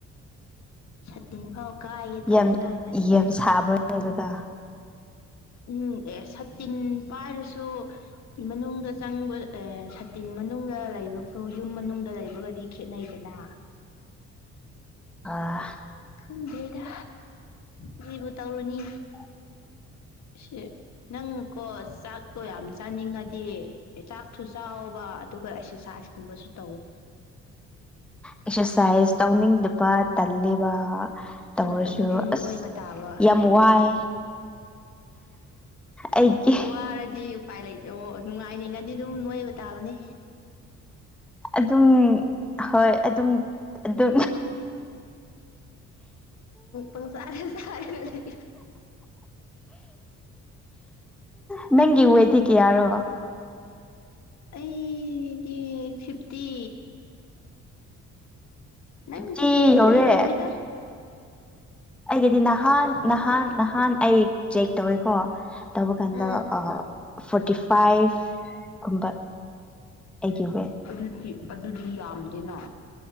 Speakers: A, on the left; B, in the centre.
A: ꯁꯇꯤꯟ ꯍ ꯀ ꯑꯩꯦ ꯇꯧꯔ
B: ꯌꯥꯝ
A: ꯀꯗꯦ
B: ꯌꯥꯝ ꯁꯥꯕ꯭ꯔꯅꯦ ꯑꯗꯨꯗ
A: ꯎꯝ ꯑꯦ ꯁꯇꯤꯟ ꯄꯥꯏꯔꯁꯨ ꯃꯅꯨꯡꯗ ꯆꯪꯕ ꯑꯦ ꯁꯇꯤꯟ ꯃꯅꯨꯡꯗ ꯂꯩꯕꯒ ꯌꯨꯝ ꯃꯅꯨꯡꯗ ꯂꯩꯕꯒꯗꯤ ꯈꯦꯠꯅꯩꯗꯅ
B: ꯑꯥ
A: ꯁꯨꯝꯗꯩꯗ ꯀꯔꯤꯕꯨ ꯇꯧꯔꯨꯅꯤ
B: <inaudible>
A: ꯁ ꯅꯪ ꯀꯣ ꯆꯥꯛꯇꯣ ꯌꯥꯝ ꯆꯥꯅꯤꯡꯉꯗꯤ ꯆꯥꯛ ꯊꯨꯆꯥꯕ ꯑꯗꯨꯒ ꯑꯦꯛꯁꯔꯁꯥꯏꯁꯀꯨꯝꯕꯁꯨ ꯇꯧꯋ
B: ꯑꯦꯛꯁ ꯁꯥꯏꯁ ꯇꯧꯅꯤꯡꯗꯕ ꯇꯜꯂꯤꯦꯕ ꯇꯧꯔꯁꯨ
A: ꯑꯗꯨꯗꯤ ꯅꯣꯏꯕ
B: ꯑꯁ
A: ꯇꯥꯕ
B: ꯌꯥꯝ ꯋꯥꯏ ꯑꯩꯒꯤ
A: ꯋꯥꯔꯖꯤ ꯎꯄꯥꯏ ꯂꯩ ꯑꯣ ꯅꯨꯡꯉꯥꯏꯅꯤꯉꯗꯤ ꯑꯗꯨꯝ ꯅꯣꯏꯕ ꯇꯥꯕꯅꯤ
B: ꯑꯗꯨꯝ ꯍꯣꯏ ꯑꯗꯨꯝ ꯑꯗꯨ
A: ꯎꯪꯪ ꯁꯔꯦ ꯁꯔ ꯂꯩ
B: ꯅꯪꯒꯤ ꯀꯔꯣ
A: ꯑꯩꯗꯤ ꯐꯤꯐꯇꯤ ꯅꯪꯗꯤ
B: ꯐꯤꯐꯇꯤ
A: ꯏꯂ ꯏꯂ
B: ꯌꯧꯔꯦ
A: ꯏꯔꯝꯣꯏꯗ
B: ꯑꯩꯒꯤꯗꯤ ꯅꯍꯥꯟ ꯅꯍꯥꯟ ꯅꯍꯥꯟ ꯑꯩ ꯆꯦꯛ ꯇꯧꯋꯦꯀꯣ ꯇꯧꯕ ꯀꯥꯟꯗ
A: ꯎꯝ
B: ꯐꯣꯔꯇꯤ ꯐꯥꯏꯚ ꯀꯨꯝꯕ ꯑꯩꯒꯤ ꯋꯦꯠ
A: ꯑꯗꯨꯗꯤ ꯑꯗꯨꯗꯤ ꯌꯥꯝꯗꯦꯅ